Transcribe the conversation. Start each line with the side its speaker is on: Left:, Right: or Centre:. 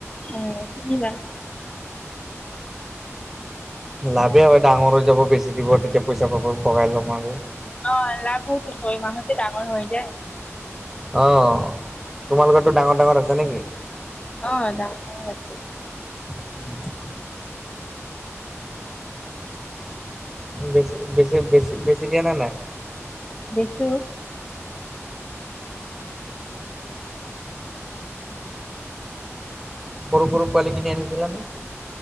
Left: অ, শুনিবা?
Centre: লাভেই হয় ডাঙৰ হৈ যাব বেছি দিব তেতিয়া পইচা পাব বগাই ল'ম আৰু।
Left: অ লাভ হৈছে ছমাহতে ডাঙৰ হৈ যায়।
Centre: অ, তোমালোকতো ডাঙৰ ডাঙৰ আছে নেকি?
Left: অ দা <unintelligible>
Centre: উম। বেছি বেছি বেছি বেছি দিয়া নে নাই।
Left: বেছো।
Centre: সৰু সৰু পোৱালী কিনি আনিছিল নে।